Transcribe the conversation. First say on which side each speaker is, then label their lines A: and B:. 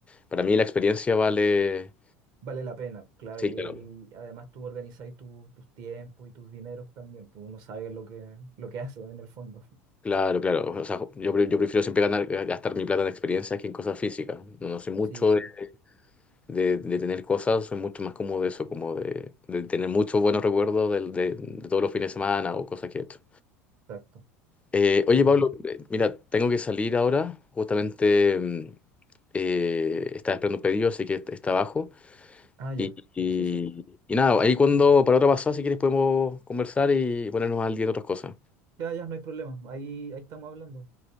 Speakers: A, on the left; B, on the right.
A: para mí la experiencia vale...
B: Vale la pena, claro.
A: Sí,
B: Y
A: claro.
B: ahí además tú organizáis tu- tus tiempos y tus dineros también, pues uno sabe lo que, lo que hace en el fondo.
A: Claro, claro. O sea, yo, pre- yo prefiero siempre ganar, eh, gastar mi plata en experiencias que en cosas físicas. No, no soy mucho
B: Sí, pues,
A: de, de- de tener cosas, soy mucho más cómodo de eso, como de, de tener muchos buenos recuerdos del- de, de todos los fines de semana o cosas que he hecho.
B: exacto.
A: Eh, oye,
B: Em,
A: Pablo, eh, mira, tengo que salir ahora. Justamente mm, eh, estaba esperando un pedido, así que est- está abajo.
B: ah, ya.
A: Y, y-
B: Sí, sí.
A: y nada, ahí cuando para otra pasada, si quieres, podemos conversar y ponernos al día en otras cosas.
B: Ya, ya, no hay problema. Ahí, ahí estamos hablando.